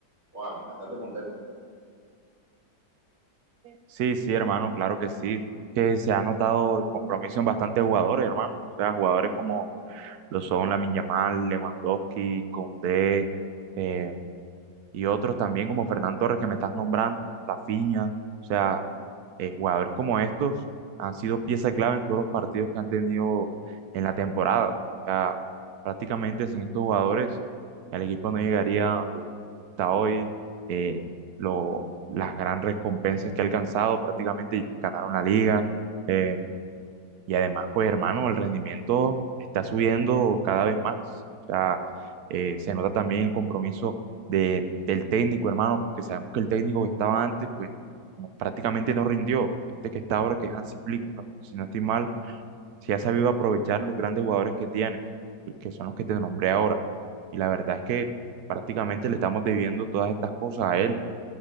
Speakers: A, on the right; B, on the right.
A: wow, bastante contento.
B: Sí, sí, hermano, claro que sí, que se ha notado el compromiso en bastantes jugadores, hermano. O sea, jugadores como lo son Lamine Yamal, Lewandowski, Koundé, eh, y otros también como Fernán Torres que me estás nombrando, Rafinha, o sea, eh, jugadores como estos han sido pieza clave en todos los partidos que han tenido en la temporada. O sea, prácticamente sin estos jugadores el equipo no llegaría a donde está hoy. eh, lo, las grandes recompensas que ha alcanzado, prácticamente ganaron la liga. Eh, y además, pues hermano, el rendimiento está subiendo cada vez más. O sea, eh, se nota también el compromiso de, del técnico, hermano, porque sabemos que el técnico que estaba antes, pues no- prácticamente no rindió. Este que está ahora, que es Hansi Flick, no- si no estoy mal, sí ha sabido aprovechar los grandes jugadores que tiene, que son los que te nombré ahora. Y la verdad es que prácticamente le estamos debiendo todas estas cosas a él.